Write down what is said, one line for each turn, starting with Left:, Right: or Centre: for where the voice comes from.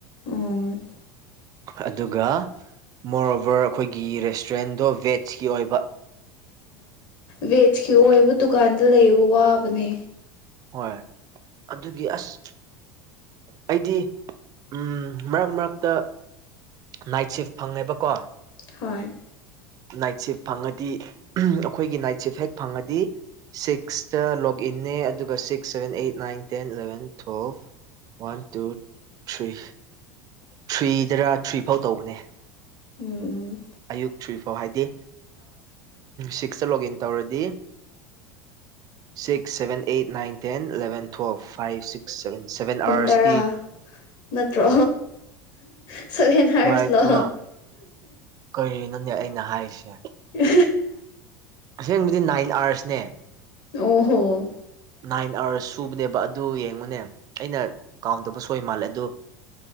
Left: ꯎꯝ
Right: ꯑꯗꯨꯒ ꯃꯣꯔꯣꯕꯔ ꯑꯩꯈꯣꯏꯒꯤ ꯔꯦꯁꯇꯨꯔꯦꯟꯗꯣ ꯕꯦꯖꯀꯤ ꯑꯣꯏꯕ
Left: ꯕꯦꯖꯀꯤ
Right: ꯑꯗꯨꯒꯤ
Left: ꯑꯣꯏꯕ ꯗꯨꯀꯥꯟꯗ ꯂꯩꯕ ꯋꯥꯕꯅꯦ
Right: ꯍꯣꯏ ꯑꯗꯨꯒꯤ ꯑꯁ ꯑꯩꯗꯤ ꯎꯝ ꯃꯔꯛ ꯃꯔꯛꯇ ꯅꯥꯏꯠ ꯁꯤꯐ ꯐꯪꯉꯦꯕꯀꯣ
Left: ꯍꯣꯏ
Right: ꯅꯥꯏꯠ ꯁꯤꯐ ꯐꯪꯉꯗꯤ ꯑꯩꯈꯣꯏꯒꯤ ꯅꯥꯏꯠ ꯁꯤꯐ ꯍꯦꯛ ꯐꯪꯉꯗꯤ ꯁꯤꯛꯁꯇ ꯂꯣꯒꯏꯟꯅꯦ ꯑꯗꯨꯒ six seven eight nine ten eleven twelve one two three ꯊ꯭ꯔꯤꯗꯔ ꯊ꯭ꯔꯤ ꯐꯥꯎ ꯇꯧꯕꯅꯦ
Left: ꯎꯝ
Right: ꯑꯌꯨꯛ ꯊ꯭ꯔꯤ ꯐꯥꯎ ꯍꯥꯏꯗꯤ ꯁꯤꯛꯁꯇ ꯂꯣꯒ ꯏꯟ ꯇꯧꯔꯗꯤ six seven eight nine ten eleven four five six ꯁꯦꯟ ꯁꯚꯦꯟ
Left: ꯄꯨꯡ
Right: ꯑꯥꯋꯔꯁꯇꯤ
Left: ꯇꯔꯥ ꯅꯠꯇ꯭ꯔꯣ ꯁꯚꯦꯟ ꯍꯔꯁ
Right: ꯉꯥꯏꯈꯣ
Left: ꯂ
Right: ꯀꯔꯤꯅꯣꯅꯦ ꯑꯩꯅ ꯍꯥꯏꯔꯤꯁꯦ
Left: ꯎ
Right: ꯑꯁꯦꯡꯕꯗꯤ ꯅꯥꯏꯟ ꯑꯥꯔꯁꯅꯦ
Left: ꯑꯣ ꯍꯣ
Right: ꯅꯥꯏꯟ ꯑꯥꯋꯥꯔꯁ ꯁꯨꯕꯅꯦꯕ ꯑꯗꯨ ꯌꯦꯡꯉꯨꯅꯦ ꯑꯩꯅ ꯀꯥꯎꯟ ꯇꯧꯕ ꯁꯣꯏ ꯃꯥꯜꯂꯦ ꯑꯗꯨ